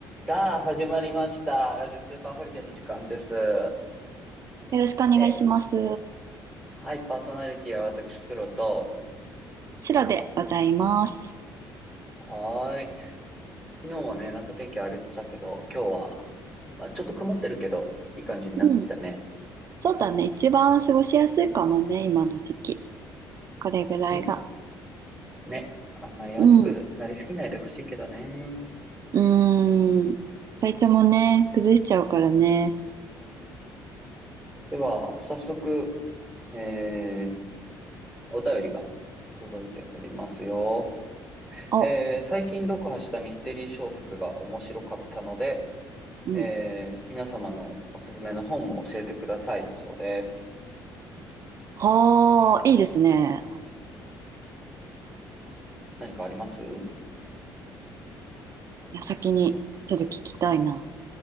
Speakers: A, in the centre; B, on the right (about 45°).
A: さあ、始まりました。ラジオスーパーホリデーの時間です。
B: よろしくお願いします。
A: ええ。はい、パーソナリティは私、黒と。
B: シロでございます。
A: はーい。昨日はね、なんか天気荒れてたけど、今日は、まあちょっと曇ってるけど、いい感じになってきたね。
B: うん。そうだね。一番過ごしやすいかもね、今の時期。これぐらいが。
A: うん。ね。あんまり暑くなりすぎないでほしいけどね。
B: うん。うーん。体調もね、崩しちゃうからね。
A: では、早速、えー、お便りが届いておりますよ。
B: お、
A: えー、最近読破したミステリー小説が面白かったので、
B: うん。
A: えー、皆様のおすすめの本も教えてくださいだそうです。
B: はあ、いいですね。
A: 何かあります
B: じゃあ先に、ちょっと聞きたいな。